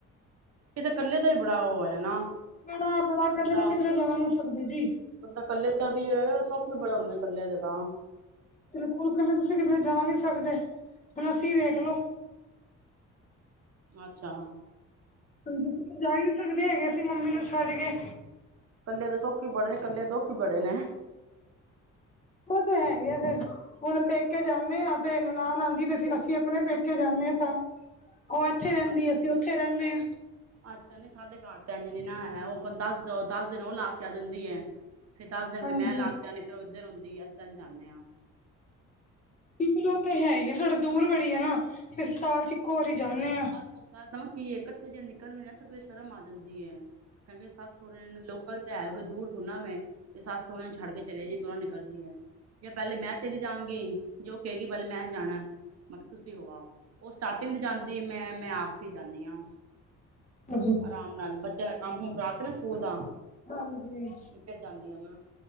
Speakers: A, on the right; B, on the left.
A: ਇਹ ਤਾਂ ਇਕੱਲੇ ਦਾ ਹੀ ਬੜਾ ਉਹ ਹੈ ਨਾ
B: ਬੜਾ-ਬੜਾ ਇਕੱਲੇ
A: ਬੰਦਾ
B: ਤਾਂ ਕਿੱਧਰੇ ਜਾ ਨੀ ਸਕਦੇ ਜੀ।
A: ਬੰਦਾ ਕੱਲੇ ਦਾ ਵੀ ਹੈ ਸੁਖ ਵੀ ਬੜਾ ਹੁੰਦਾ ਕੱਲੇ ਦੇ ਤਾਂ
B: ਬਿਲਕੁਲ ਇਕੱਲੇ ਤੁਸੀਂ ਕਿਞਧਰੇ ਜਾ ਨਹੀਂ ਸਕਦੇ ਹੁਣ ਅਸੀਂ ਵੇਖਲੋ।
A: ਅੱਛਾ।
B: ਹਾਂਜੀ, ਕਿਤੇ ਜਾ ਹੀ ਨਹੀਂ ਸਕਦੇ ਹੈਗੇ ਅਸੀਂ ਮੰਮੀ ਨੂੰ ਛੱਡ ਕੇ।
A: ਇਕੱਲੇ ਦੇ ਸੋਖੀ ਈ ਬੜੇ ਨੇ ਕੱਲੇ ਦੇ ਦੁਖੀ ਹੋ ਬੜੇ ਨੇ,
B: ਉਹ ਤਾਂ ਹੈ ਇਆ ਫੇਰ ਹੁਣ ਪੇਕੇ ਜਾਂਦੇ ਹਾਂ ਤੇ ਨਨਾਣ ਆਂਦੀ ਤੇ ਅਸੀਂ ਆਪਣੇ ਪੇਕੇ ਜਾਂਦੇ ਹਾਂ ਤਾਂ, ਉਹ ਇੱਥੇ ਰਹਿੰਦੀ
A: ਅੱਛਾ
B: ਅਸੀਂ ਉੱਥੇ ਰਹਿੰਦੇ ਹਾਂ
A: ਅੱਛਾ ਨੀ ਸਾਡੇ ਘਰ ਭੈਨ ਨੀ ਨਾ ਹੈ ਉਹ ਦਸ ਦ ਦਸ ਦਿਨ ਉਹ ਲਾ ਕੇ ਆ ਜਾਂਦੀ ਹੈ ਫੇਰ ਦੱਸ ਦਿਨ
B: ਹਾਂਜੀ
A: ਫਿਰ ਮੈਂ ਲਾ ਕੇ ਆਨੀ ਫਿਰ ਉੱਧਰ ਆਉਂਦੀ ਆ ਅਸੀਂ ਤੈਨੂੰ ਜਾਂਦੇ ਹਾਂ
B: ਬਿਲਕੁਲ ਉਹ ਤਾਂ ਹੈ ਹੀ ਆ ਸਾਡਾ ਦੂਰ ਬੜੀ ਆ ਨਾ ਫਿਰ ਸਾਲ ਚ ਇੱਕੋ ਵਰੀ ਜਾਨੇ ਐ
A: ਗੱਲ ਸਮਝ ਗਈ ਏ ਇਕੱਠੇ ਜਂਦੋ ਨਿਕਲਨੇ ਸਬੇ ਸ਼ਰਮ ਆ ਜਾਂਦੀ ਹੈ ਕਹਿੰਦੇ ਸੱਸ ਸੋਹਰੇ ਨੂੰ ਲੋਕਲ ਤਾਂ ਹੈ ਦੂਰ ਥੋੜੀ ਨਾ ਵੇਂ ਤੇ ਸੱਸ ਸੋਹਰੇ ਨੂੰ ਛੱਡ ਕੇ ਚਲੇ ਗੀ ਦੋਹਾਂ ਨੂ ਨਿਕਲ ਜੀਏ ਜਾਂ ਪਹਿਲੇ ਮੈਂ ਚਲੀ ਜਾਵਗੀ ਜੋ ਕਹਿਗੀ ਬੇ ਮੈਂ ਜਾਣਾ ਮੈਂ ਕਿਹਾ ਤੁਸੀਂ ਹੋਆੳ- ਉਹ ਸਟਾਰਟਿੰਗ ਚ ਜਾਂਦੀ ਮੈਂ-ਮੈਂ ਆਖਰੀ ਜਾਂਦੀ ਹਾਂ
B: ਜੀ
A: ਆਰਾਮ ਨਾਲ ਬੱਚਿਆਂ ਦਾ ਕੰਮ ਕੁੁੰਮ ਕਰਾ ਕੇ ਨਾ ਸਕੂਲ ਦਾ
B: ਹਾਂਜੀ
A: ਫਿਰ ਜਾਂਦੀ ਹਾਂ ਮੈਂ